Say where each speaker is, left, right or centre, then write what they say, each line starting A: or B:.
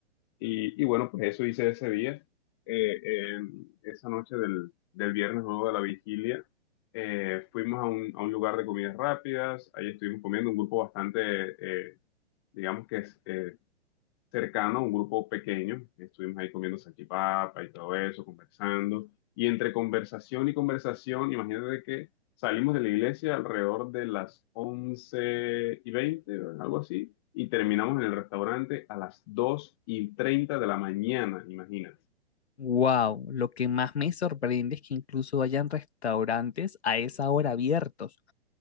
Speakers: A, on the left (about 25°); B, on the left (about 75°).
A: y, y bueno, pues eso hice ese día, Eh, eh, esa noche del, del viernes luego de la vigilia. eh, fuimos a un, a un lugar de comidas rápidas, ahí estuvimos comiendo un grupo bastante, eh, digamos que es, eh, cercano, un grupo pequeño, estuvimos ahí comiendo salchipapa y todo eso, conversando, y entre conversación y conversación, imagínate que salimos de la iglesia alrededor de las 11 y 20, algo así, y terminamos en el restaurante a las 2 y 30 de la mañana, imagínate.
B: Wow, lo que más me sorprende es que incluso hayan restaurantes a esa hora abiertos.